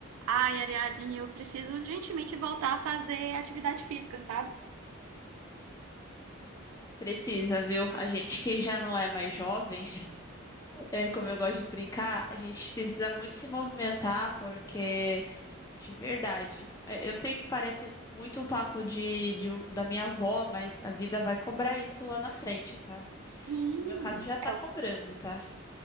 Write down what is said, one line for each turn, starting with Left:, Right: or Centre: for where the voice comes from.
Right: Ai, Ariadne, eu preciso urgentemente voltar a fazer atividade física, sabe?
Left: Precisa, viu? A gente que já não é mais jovem, <laughs> é, como eu gosto de brincar, a gente precisa muito se movimentar, porque, de verdade, é, eu sei que parece muito um papo de, de um- da minha avó, mas a vida vai cobrar isso lá na frente, tá?
Right: Sim.
Left: No meu caso, já tá
Right: É, o-
Left: cobrando, tá?